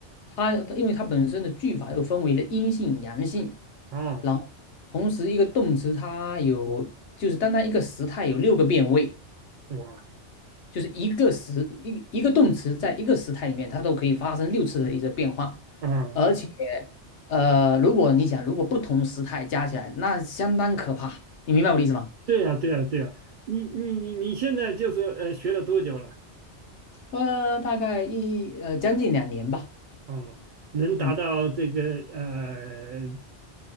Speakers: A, on the left; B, on the right.
A: 它因为它本身的句法又分为了阴性、阳性，
B: 啊
A: 然后同时一个动词它有就是单单一个时态有六个变位。
B: 哇
A: 就是一个时一一个动词在一个时态里面，它都可以发生六次的一个变化，
B: 啊！
A: 而且呃，如果你想，如果不同时态加起来，那相当可怕，你明白我的意思吗？
B: 对呀，对呀，对呀，你你你你现在就说呃学了多久了？
A: 呃，大概一呃将近两年吧。
B: 哦，能达到这个呃
A: 嗯，